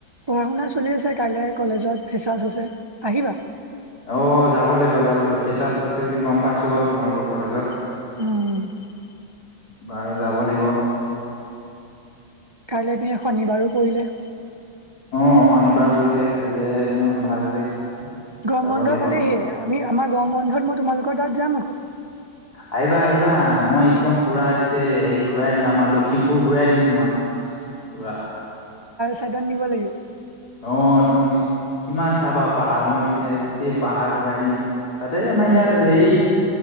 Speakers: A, on the right (about 40°); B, on the left (about 50°).
A: পঢ়া শুনা চলি আছে কাইলৈ কলেজত ফিচাৰছ আছে, আহিবা।
B: অ যাব লাগিব যাব লাগিব ফেচাৰছ আছে বুলি গম পাইছো বাৰু তোমালোকৰ কলেজত।
A: উম
B: বাৰু যাব লাগিব।
A: কাইলৈ পিনে শনিবাৰো পৰিলে।
B: আহ শনিবাৰ পৰিছে কাইলৈ একদম ভাল হৈছে।
A: গম
B: যাব
A: বন্ধ
B: লাগিব
A: পালেহিয়ে আমি আমাৰ গৰম বন্ধত মই তোমালোকৰ তাত যাম আক।
B: আহিবা আহিবা মই একদম পুৰা গোটেই হেৰি ঘূৰাই দিম আমাৰ লখিমপুৰ ঘূৰাই দিম তোমাক পুৰা।
A: চাইডান নিব লাগিব।
B: অ তুমি, কিমান চাবা পাহাৰ মই এতিয়া গোটেই পাহাৰ ঘূৰাই দিম। তাতেই আমাৰ
A: উম
B: ইয়াত সেই।